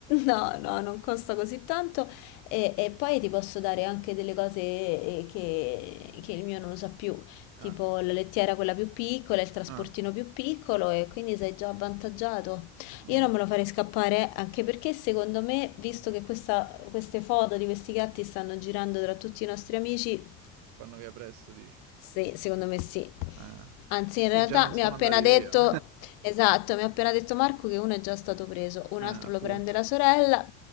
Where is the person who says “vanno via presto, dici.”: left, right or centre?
Right